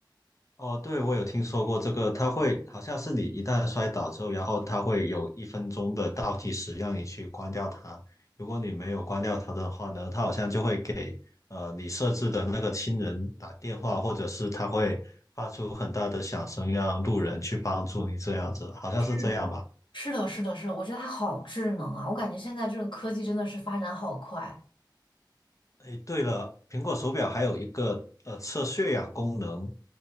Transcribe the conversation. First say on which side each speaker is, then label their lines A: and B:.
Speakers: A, on the left; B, on the left.
A: 哦，对，我有听说过这个，它会好像是你一旦摔倒之后，然后它会有一分钟的倒计时让你去关掉它。如果你没有关掉它的话呢，它好像就会给呃你设置的那个亲人打电话，或者是它会发出很大的响声，让路人去帮助你这样子，好像是这样吧？
B: 是的。是的，是的，是的，我觉得它好智能啊！我感觉现在这个科技真的是发展好快。
A: 诶，对了，苹果手表还有一个呃测血氧功能，